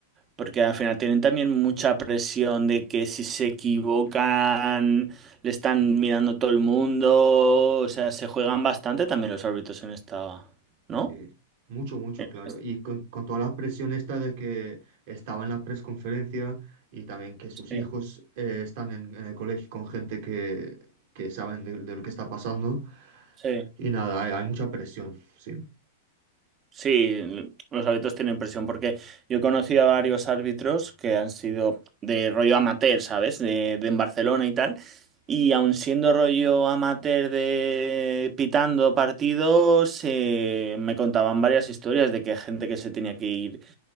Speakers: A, on the right; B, on the right.
A: Porque al final tienen también mucha presión de que si se equivocan, le están mirando todo el mundo. O sea, se juegan bastante también los árbitros en esta, ¿no?
B: Sí, mucho, mucho,
A: En
B: claro.
A: esta-
B: Y con, con toda la presión esta de que estaba en la presconferencia y también que sus
A: Sí,
B: hijos eh, están en, en el colegio con gente que, que saben de de lo que está pasando.
A: sí.
B: Y nada, hay, hay mucha presión, sí.
A: Sí, los árbitros tienen presión porque yo he conocido a varios árbitros que han sido de rollo amateur, ¿sabes? De, de en Barcelona y tal. Y aun siendo rollo amateur de pitando partidos, eh, me contaban varias historias de que gente que se tenía que ir